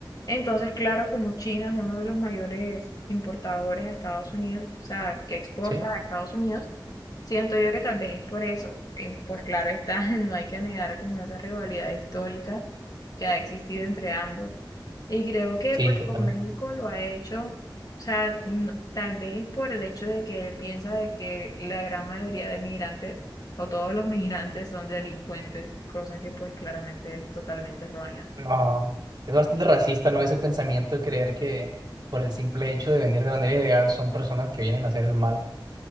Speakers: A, on the left (about 50°); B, on the right (about 55°).
A: Entonces, claro, como China es uno de los mayores importadores a Estados Unidos, o sea, que exporta
B: sí,
A: a Estados Unidos, siento yo que tal vez es por eso. Y pues claro está, <laughs> no hay que negar como esa rivalidad histórica que ha existido entre ambos. Y creo que
B: sí,
A: pues
B: totalmente.
A: con México lo ha hecho, o sea, no- tal vez por el hecho de que él piensa de que la gran mayoría de migrantes o todos los migrantes son delincuentes, cosa que pues claramente es totalmente errónea.
B: No, es bastante racista, ¿no? Ese pensamiento de creer que por el simple hecho de venir de manera ilegal son personas que vienen a hacer el mal.